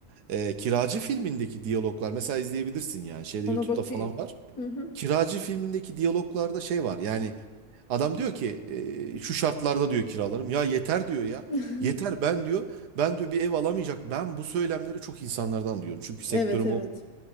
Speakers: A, on the right; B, on the left.
A: E, Kiracı filmindeki diyaloglar mesela izleyebilirsin yani şeyde
B: Ona
A: YouTube'da
B: bakayım.
A: falan var.
B: Hı hı.
A: Kiracı filmindeki diyaloglarda şey var yani adam diyor ki e, şu şartlarda diyor kiralarım ya yeter diyor ya
B: <laughs>
A: yeter ben diyor ben diyor bir ev alamayacak ben bu söylemleri çok insanlardan duyuyorum çünkü sektörüm
B: Evet evet.
A: o